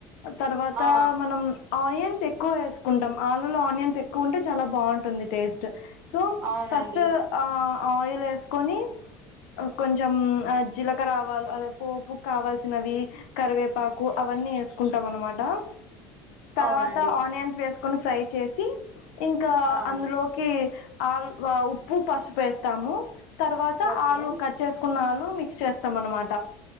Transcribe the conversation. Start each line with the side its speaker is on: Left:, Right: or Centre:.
Left: తర్వాత
Right: ఆ
Left: మనం ఆనియన్స్ ఎక్కువ వేసుకుంటాం ఆలుూలో ఆనియన్స్ ఎక్కువ ఉంటే చాలా బాగుంటుంది టేస్ట్ సో
Right: అవునండి
Left: ఫస్ట్ ఆ ఆయిల్ వేసుకొని కొంచెం ఆ జీలక ఆవాలు అదే పోపు కావాల్సినవి కరివేపాకు అవన్నీ వేసుకుంటాం అన్ మాట తర్వాత
Right: అవునండి
Left: ఆనియన్స్ వేస్ కొన్ని ఫ్రై చేసి ఇంకా
Right: ఆ అండి
Left: అందులోకి ఆల్ వ ఉప్పు, పసుపు వేస్తాము. తర్వాత
Right: ఓకే
Left: ఆలుప్ చేసుకున్న ఆలు మిక్స్ చేస్తాం. అన్నమాట